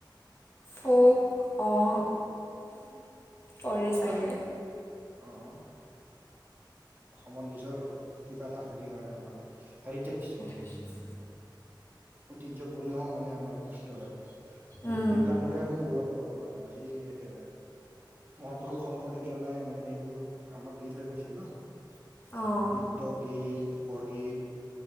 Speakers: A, on the left; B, on the right.
A: ফোক, অ' পৰে চাগে।
B: অ'। অসমৰ নিজৰ কিবা এটা হেৰি হয় আৰু মানে হেৰিটেজ।
A: <inaudible>
B: ঐতিহ্যপূৰ্ণ মানে আমাৰ বস্তু হয়, সেই
A: উম
B: সেইবিলাক লৈয়ে আমি গৌৰৱ কৰোঁ মানে। আজি এ মহাপুৰুষ শংকৰদেৱ জনাই মানে এইবোৰ আমাক দি থৈ গৈছিল ন'।
A: অঁ
B: নৃত্য, গীত, বৰগীত